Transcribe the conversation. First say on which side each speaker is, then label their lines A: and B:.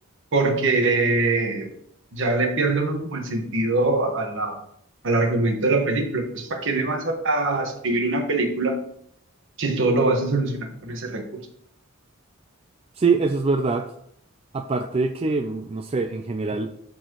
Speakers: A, on the right (about 60°); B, on the right (about 25°).
A: porque ya le pierde uno como el sentido a la, al argumento de la película. Pues ¿para qué le vas a, a escribir una película si todo lo vas a solucionar con ese recurso?
B: Sí, eso es verdad. Aparte de que, mm, no sé, en general,